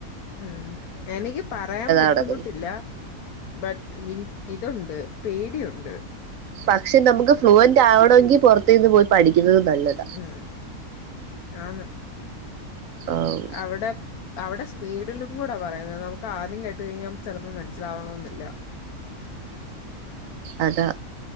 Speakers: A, on the left (about 75°); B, on the right (about 65°).
A: ഉം എനിക്ക് പറയാൻ ബുദ്ധിമുട്ടിൽ
B: നടക്കുന്നത്
A: ല്ല. ബട്ട് വിങ് ഇതുണ്ട് പേടിയുണ്ട്.
B: പക്ഷെ നമുക്ക് ഫ്ലുവന്റ് ആവണങ്കിൽ പുറത്തേന്ന് പോയി പഠിക്കുന്നത് നല്ലത്.
A: ഉം ആന്ന്.
B: ആഹ്
A: അവിടെ അവിടെ സ്പീഡിലും കൂടെ പറയുന്നത് നമുക്ക് ആദ്യം കേട്ട് കഴിഞ്ഞാ ചെലപ്പം മനസ്സിലാവണോന്നില്ല.
B: അതാ.